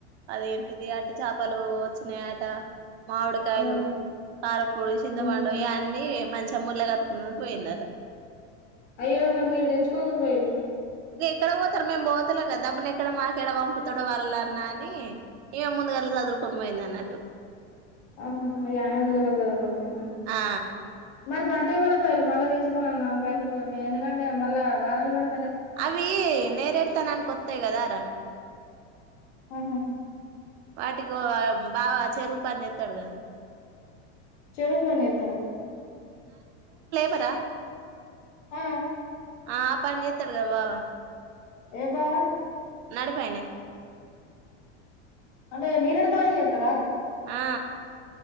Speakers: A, on the right (about 70°); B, on the left (about 85°).
A: అదిం అది అట్టి చేపలు వచ్చినయట మామిడికాయలు
B: ఉమ్
A: కారపూడి చింతపండు
B: ఉమ్
A: ఇయన్నీ మంచి అమొల్లె కాటున్నది పోయిందట
B: అయ్యో మరి మీరు తెచ్చుకోకపోయిళ
A: ఇ ఎక్కడ పోతారు మేం పోతలె కదాబ ఇక్కడ మాకెడ పంపుతడో వరలన్నా అనీ ఇగ ముందుగనె ఇల్లు సదురుకొని పోయిందన్నట్టు
B: ఆహాహ యన ముందుగాల సరుదుకొని పొయ్న
A: ఆ
B: మరి బట్టి ఏమైనా పోయాలి మల్ల తీసుకోర అన్న పైసలు కట్టి ఎందుకంటె మల్ల వానలు పడి
A: అవీ నేరేడుతనానికి ఒత్తయ్ గదార
B: ఆహహ
A: వాటికు బావా చెరువు పని చెత్తడు గదా
B: చెరు పని చెత్తడ
A: పరా
B: ఆ
A: ఆ పని చేస్తాడు కదా బావ
B: ఏ బావ
A: నడిపోయనే
B: అంటే నీరిడు తానిని చెతార
A: ఆ